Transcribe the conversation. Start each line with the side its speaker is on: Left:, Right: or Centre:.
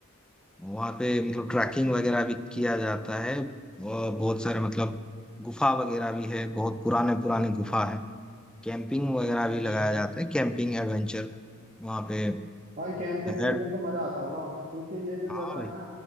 Centre: वहाँ पे मतलब ट्रैकिंग
Right: अच्छा
Centre: वगैरह भी किया जाता है और बहुत सारे मतलब गुफा वगैरह भी है बहुत पुराने पुराने गुफा है कैंपिंग वगैरह
Right: अच्छा
Centre: भी लगाया जाता है कैंपिंग एडवेंचर वहाँ पे
Right: भाई कैंपिंग वैम्पिंग
Centre: एड
Right: तो मजा आता होगा क्योंकि ये जो
Centre: हाँ
Right: जगह
Centre: भाई
Right: है ना